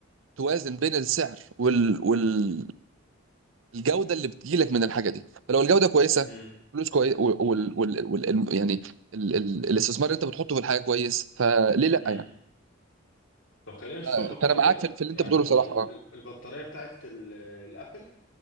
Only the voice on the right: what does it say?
توازن بين السعر وال... وال... الجوده اللي بتجيلك من الحاجه دي فلو الجوده كويسه
فلوس كويس وال... وال... وال... يعني ال... ال... الاستثمار اللي انت بتحطه في الحاجه كويس فليه لا
يعني
آه،
فانا معاك في... في اللي
انت بتقوله بصراحه
اه